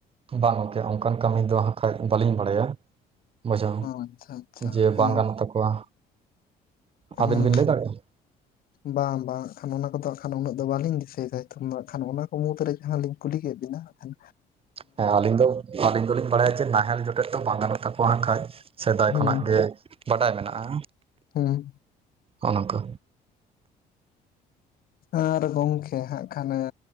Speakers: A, on the right; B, on the left.
A: ᱵᱟᱝ ᱜᱚᱢᱠᱮ ᱚᱝᱠᱟᱱ ᱠᱟᱹᱢᱤ ᱫᱚ ᱦᱟᱸᱜ ᱠᱷᱟᱡ ᱵᱟᱹᱞᱤᱧ ᱵᱟᱲᱟᱭᱟ, ᱵᱩᱡᱷᱟᱹᱣ
B: ᱟᱪᱪᱷᱟ ᱟᱪᱪᱷᱟ
A: ᱡᱮ
B: ᱦᱮᱸ
A: ᱵᱟᱝ ᱜᱟᱱᱚᱜ ᱛᱟᱠᱚᱣᱟ
B: ᱦᱩᱸ᱾
A: ᱟᱵᱤᱱ ᱵᱤᱱ ᱞᱟᱹᱭ ᱫᱟᱲᱮᱭᱟᱜᱼᱟ
B: ᱵᱟᱝ ᱵᱟᱝ ᱟᱸᱠᱷᱟᱱ ᱩᱱᱟ ᱠᱚᱫᱚ ᱦᱟᱸᱜ ᱠᱷᱟᱱ ᱩᱱᱟᱹᱜ ᱫᱚ ᱵᱟᱹᱞᱤᱧ ᱫᱤᱥᱟᱹᱭ ᱫᱟ ᱱᱤᱛᱚᱝ ᱫᱚ ᱦᱟᱸᱜ ᱠᱷᱟᱱ ᱚᱱᱟ ᱠᱚ ᱢᱩᱫᱽ ᱨᱮ ᱡᱟᱦᱟᱸ ᱞᱤᱧᱼᱼ ᱠᱩᱞᱤ ᱠᱮᱫ ᱵᱤᱱᱟ ᱦᱟᱸᱜ ᱠᱷᱟᱱᱼᱼ
A: ᱦᱮᱸ ᱟᱹᱞᱤᱧ ᱫᱚ ᱟᱞᱤᱧ ᱫᱚᱞᱤᱧ ᱵᱟᱲᱟᱭᱟ ᱪᱮᱫ ᱱᱟᱦᱮᱞ ᱡᱚᱴᱮᱫ ᱫᱚ ᱵᱟᱝ ᱜᱟᱱᱚᱜ ᱛᱟᱠᱚᱣᱟ ᱦᱟᱸᱜ ᱠᱷᱟᱡ᱾ ᱥᱮᱫᱟᱭ
B: ᱦᱩᱸ
A: ᱠᱷᱚᱱᱟᱜ ᱜᱮ ᱵᱟᱰᱟᱭ ᱢᱮᱱᱟᱜᱼᱟ,
B: ᱦᱩᱸ
A: ᱚᱱᱟ ᱠᱚ
B: ᱟᱨ ᱜᱚᱝᱠᱮ ᱦᱟᱸᱜ ᱠᱷᱟᱱ ᱟᱸ